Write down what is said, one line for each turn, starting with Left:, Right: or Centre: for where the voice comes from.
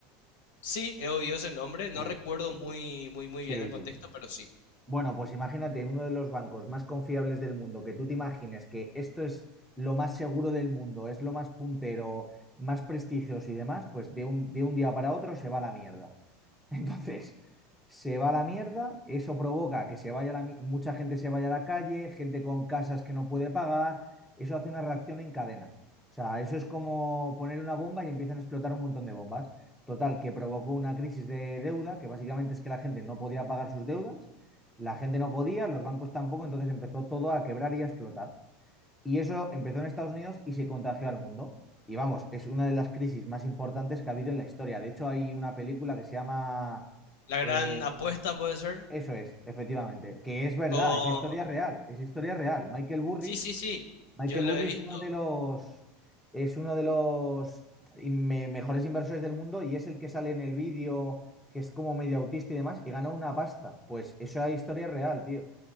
Left: Sí, he oído ese nombre, no
Centre: Pues
Left: recuerdo muy muy muy
Centre: sí,
Left: bien el contexto,
Centre: sí, sí.
Left: pero sí.
Centre: Bueno, pues imagínate uno de los bancos más confiables del mundo, que tú te imagines que esto es lo más seguro del mundo, es lo más puntero, más prestigioso y demás, pues de un, de un día para otro se va a la mierda. <laughs> Entonces, se va a la mierda, eso provoca que se vaya la mi- mucha gente se vaya a la calle, gente con casas que no puede pagar, eso hace una reacción en cadena. O sea, eso es como poner una bomba y empiezan a explotar un montón de bombas. Total, que provocó una crisis de deuda, que básicamente es que la gente no podía pagar sus deudas, la gente no podía, los bancos tampoco, entonces empezó todo a quebrar y a explotar. Y eso empezó en Estados Unidos y se contagió al mundo. Y vamos, es una de las crisis más importantes que ha habido en la historia. De hecho, hay una película que se llama...
Left: La gran
Centre: eh,
Left: apuesta puede ser
Centre: eso es, efectivamente, que es verdad,
Left: con
Centre: esa historia es real, esa historia es real. Michael Burry,
Left: Sí, sí, sí.
Centre: Michael
Left: Yo lo
Centre: Burry
Left: he visto.
Centre: es uno de los, es uno de los in- me- mejores inversores del mundo y es el que sale en el vídeo, que es como medio autista y demás, y gana una pasta. Pues esa historia es real, tío.